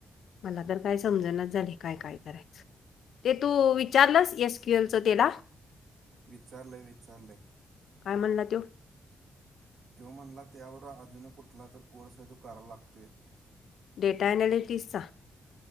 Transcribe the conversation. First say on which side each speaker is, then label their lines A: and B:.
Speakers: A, on the left (about 75°); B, on the right (about 75°).
A: मला तर काय समजणच झालय काय काय करायचं. ते तू विचारलंस एस क्यू एल चं त्याला?
B: विचारलाय विचारलाय.
A: काय म्हणला तोय.
B: तो म्हणला त्यावर अजून कुठला तर कोर्स हाय तो कराव लागतोय.
A: डेटा अनालिटीसचा.